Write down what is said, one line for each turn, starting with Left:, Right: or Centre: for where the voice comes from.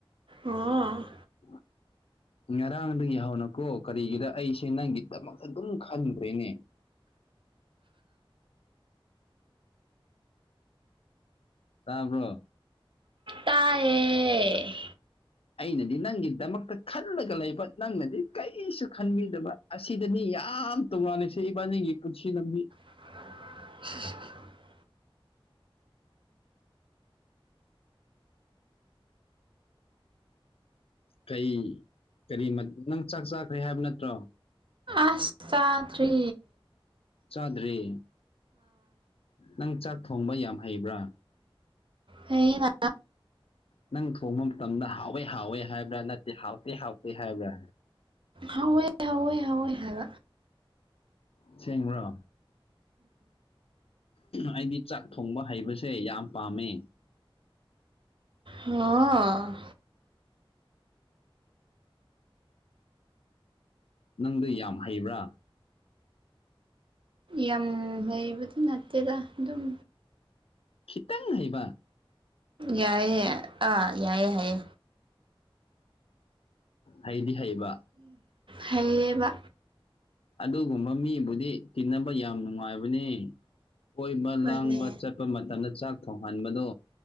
Right: ꯑꯣ
Left: <unintelligible> ꯉꯔꯥꯡꯗꯒꯤ ꯍꯧꯅꯀꯣ ꯀꯔꯤꯒꯤꯗ ꯑꯩꯁꯦ ꯅꯪꯒꯤꯗꯃꯛꯇ ꯑꯗꯨꯝ ꯈꯟꯈ꯭ꯔꯦꯅꯦ ꯇꯥꯕ꯭ꯔꯣ
Right: ꯇꯥꯏꯌꯦ
Left: ꯑꯩꯅꯗꯤ ꯅꯪꯒꯤꯗꯃꯛꯇ ꯈꯜꯂꯒ ꯂꯩꯕ ꯅꯪꯅꯗꯤ ꯀꯔꯤꯁꯨ ꯈꯟꯕꯤꯗꯕ ꯑꯁꯤꯗꯅꯤ ꯌꯥꯝ ꯇꯧꯔꯜꯂꯤꯁꯦ ꯏꯕꯥꯅꯤꯒꯤ ꯄꯨꯟꯁꯤ ꯂꯝꯕꯤ
Right: <unintelligible>
Left: ꯀꯩ ꯀꯔꯤ ꯅꯪ ꯆꯥꯛ ꯆꯥꯈ꯭ꯔꯦ ꯍꯥꯏꯕ ꯅꯠꯇ꯭ꯔꯣ
Right: ꯑꯁ ꯆꯥꯇ꯭ꯔꯤ
Left: ꯆꯥꯗ꯭ꯔꯤ ꯅꯪ ꯆꯥꯛ ꯊꯣꯡꯕ ꯌꯥꯝ ꯍꯩꯕ꯭ꯔꯥ
Right: ꯍꯩꯌꯦꯗ
Left: ꯅꯪ ꯊꯣꯡꯕ ꯃꯇꯝꯗ ꯍꯥꯎꯋꯦ ꯍꯥꯎꯋꯦ ꯍꯥꯏꯕ꯭ꯔꯥ ꯅꯠꯇꯦ ꯍꯥꯎꯇꯦ ꯍꯥꯎꯇꯦ ꯍꯥꯏꯕ꯭ꯔꯥ
Right: ꯍꯧꯋꯦ ꯍꯧꯋꯦ ꯍꯧꯋꯦ ꯍꯥꯏꯕ
Left: ꯑꯁꯦꯡ꯭ꯕꯔꯣ ꯑꯩꯗꯤ ꯆꯥꯛ ꯊꯣꯡꯕ ꯍꯩꯕꯁꯦ ꯌꯥꯝ ꯄꯥꯝꯃꯦ
Right: ꯑꯣ
Left: ꯅꯪꯗꯤ ꯌꯥꯝ ꯍꯩꯕ꯭ꯔꯥ
Right: ꯌꯥꯝ ꯍꯩꯕꯗꯤ ꯅꯠꯇꯦꯗ ꯑꯗꯨꯝ
Left: ꯈꯤꯇꯪ ꯍꯩꯕ
Right: ꯌꯥꯏꯑꯌꯦ ꯌꯥ ꯑꯥ ꯌꯥꯏꯑꯌꯦ ꯌꯥꯌꯦ
Left: ꯍꯩꯗꯤ ꯍꯩꯕ
Right: ꯍꯥꯏꯌꯦꯕ
Left: ꯑꯗꯨꯒꯨꯝꯕ ꯃꯤꯕꯨꯗꯤ ꯇꯤꯟꯅꯕ ꯌꯥꯝ ꯅꯨꯡꯉꯥꯏꯕꯅꯦ ꯀꯣꯏꯕ
Right: ꯍꯣꯏꯅꯦ
Left: ꯂꯥꯡꯕ ꯆꯠꯄ ꯃꯇꯝꯗ ꯆꯥꯛ ꯊꯣꯡꯍꯟꯕꯗꯣ